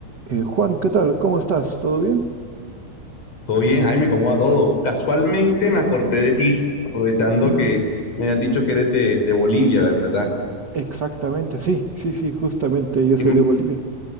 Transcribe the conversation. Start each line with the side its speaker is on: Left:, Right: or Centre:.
Right: Eh, Juan, ¿qué tal? ¿Cómo estás? ¿Todo bien?
Left: Todo bien, Jaime, ¿cómo va todo? Casualmente me acordé de ti, aprovechando
Right: Ah,
Left: que me has dicho que eres de, de Bolivia, ¿verdad?
Right: exactamente, sí, sí, sí, justamente, yo
Left: Im-
Right: soy de Bolivia.